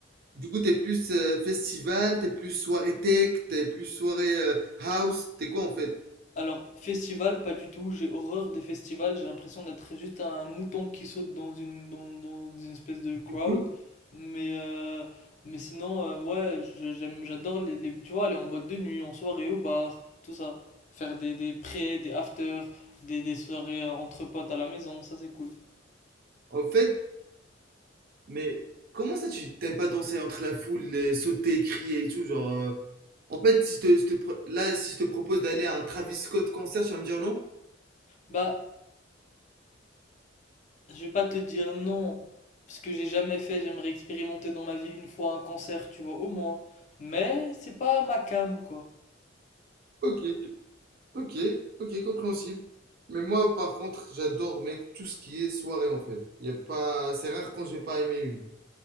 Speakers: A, on the right; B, on the left.
A: Du coup, t'es plus euh, festival, t'es plus soirée tech, t'es plus soirée euh, house, t'es quoi en fait?
B: Alors, festival, pas du tout. J'ai horreur des festivals. J'ai l'impression d'être juste un mouton qui saute dans une, dans, dans une espèce de crowd.
A: Du coup,
B: Mais, euh, mais sinon, euh, ouais, je- j'aime, j'adore les, les- tu vois, aller en boîte de nuit, en soirée au bar, tout ça. Faire des, des pré, des after, des, des soirées euh, entre potes à la maison, ça c'est cool.
A: en fait, mais comment ça tu t'aimes pas danser entre la foule, les sauter, crier et tout, genre euh, en fait, si je te, je te pro- là, si je te propose d'aller à un Travis Scott concert, tu vas me dire non?
B: Bah, je vais pas te dire non, parce que j'ai jamais fait. J'aimerais expérimenter dans ma vie une fois un concert, tu vois, au moins. Mais c'est pas ma cam, quoi.
A: Ok, ok, ok, compréhensible. Mais moi, par contre, j'adore, mec, tout ce qui est soirée, en fait. Y a pas... C'est rare quand je vais pas aimer une.